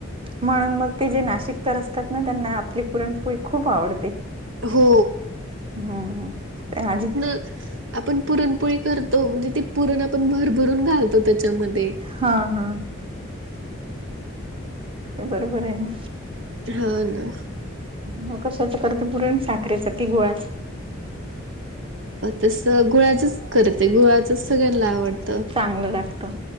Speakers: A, on the right; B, on the right.
A: म्हणून मग ते जे नाशिककर असतात ना त्यांना आपली पुरणपोळी खूप आवडते
B: हो
A: हम्म हम अजी
B: हो <inaudible> आपण पुरणपोळी करतो म्हणजे ते पुरण आपण भरभरून घालतो त्याच्यामध्ये.
A: हा हा ते बरोबर आहे ना.
B: हा ना.
A: मग कशाच करते पुरण साखरेच की गूळाच?
B: तसं गुळाचच करते गुळाचंच सगळ्यांना आवडतं.
A: चांगलं लागतं.